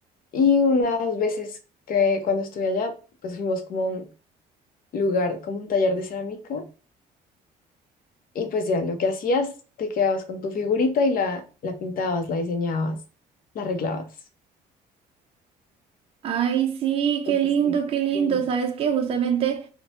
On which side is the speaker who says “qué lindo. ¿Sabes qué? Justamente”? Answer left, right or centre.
Right